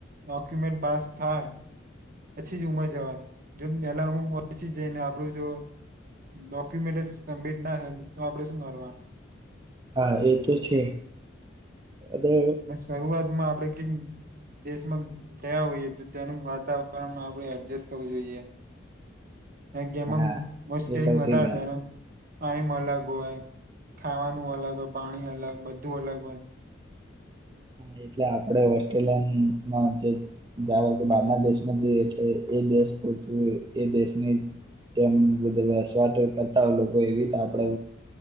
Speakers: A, on the right (about 50°); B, on the right (about 25°).
A: બાકી મે પાસ થાય. પછી જ ઉમર જવા, પેલા હું પછી જઈને આપણું જો ડોક્યુમેન્ટ સબમિટ ના થાય તો આપણે શું કરવાનું?
B: હા એ તો છે અને
A: મે શરૂઆત આપણે કઈક દેશમાં ગયા હોઈએ તો ત્યાંનું વાતાવરણ આપણે એડજસ્ટ થવું જોઈએ. ગેમમ
B: હા
A: મુશ્કેલીંગ
B: એ સૌથી
A: વધારે
B: મેન
A: થાય એ ટાઈમ અલગ હોય, ખાવાનું અલગ હોય પાણી અલગ બધું અલગ હોય.
B: હા એટલે આપણે ઓસ્ટ્રેલિયામાં જે જવા કે બહારના દેશમાં જઈએ એટલે એ દેશ પતું એ દેશની જે વસવાટ કરતા હોય, લોકો એવી રીતે આપણે